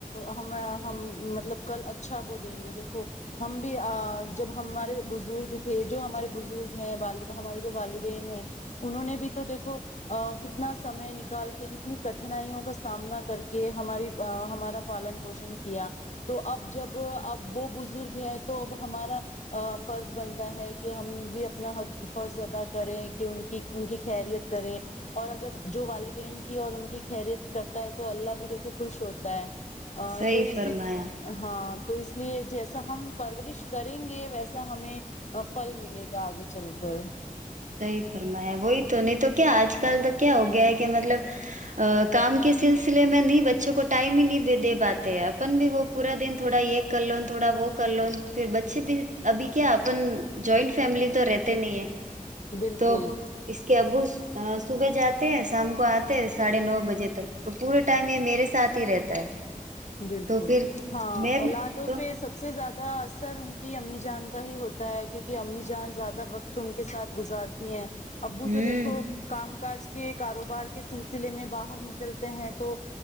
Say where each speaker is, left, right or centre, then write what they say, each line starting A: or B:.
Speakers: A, on the left (about 55°); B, on the right (about 60°).
A: ہم ہم مطلب کل اچھا وہ دیں گے دیکھو ہم بھی جب ہمارے بزرگ تھے جو ہمارے بزرگ ہیں ہمارے جو والدین ہیں انہوں نے بھی تو دیکھو کتنا سمے نکال کے کتنی کٹھنائیوں کا سامنا کر کے ہماری ہمارا پالن پوشن کیا تو اب جب اب وہ بزرگ ہیں تو اب ہمارا فرض بنتا ہے کہ ہم بھی اپنا فرض ادا کریں کہ ان کی ان کی خریت کرے اور اگر جو والدین کی اور ان کی خیریت کرتا ہے تو اللہ بھی دیکھو خوش ہوتا ہے ا
B: صحیح
A: تو اسی
B: فرمایا
A: ہاں تو اس لیے جیسا ہم پرورش کریں گے ویسا ہمیں فھل ملے گا آگے چل کر
B: صحیح فرمایا وہی تو نہیں تو کیا آج کل تو کیا ہو گیا ہے کہ مطلب کام کے سلسلے میں نہیں بچوں کو ٹائم ہی نہیں دے پاتے ہیں اپن بھی وہ پورا دن تھوڑا یہ کر لو تھوڑا وہ کر لو پھر بچے بھی ابھی کیا اپن جوائنٹ فیملی تو رہتے نہیں ہے
A: بالکل
B: تو اس کے ابو صبح جاتے ہیں شام کو آتے ہیں ساڑھے نو بجے تک تو پورے ٹائم یہ میرے ساتھ ہی رہتا ہے
A: بالکل
B: تو پھر
A: ہاں
B: میں
A: اولادوں
B: تو
A: پہ سب سے زیادہ زیاد اثر ان کی امی جان کا ہی ہوتا ہے کیونکہ امی جان زیادہ وقت ان کے ساتھ گزارتی ہیں ابو
B: ہوں
A: تو دیکھو کام کاج کے کاروبار کے سلسلے میں باہر نکلتے ہیں تو